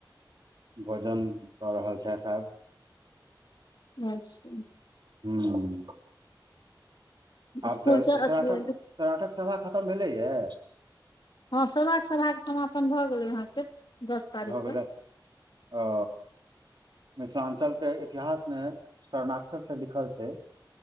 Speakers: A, on the right; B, on the left.
A: भोजन कऽ रहल छथि आब
B: अच्छा
A: हुँ आब
B: स्कुल
A: तऽ
B: च
A: सराठक
B: अथी
A: सराठक सभा खतम भेलैयए
B: हँ सौराठ सभाके समापन भऽ गेलै अहाँके दस तारीख
A: भऽ गेलै
B: के
A: आ मिथिलाञ्चलके इतिहासमे शरणाक्षरसँ लिखल छै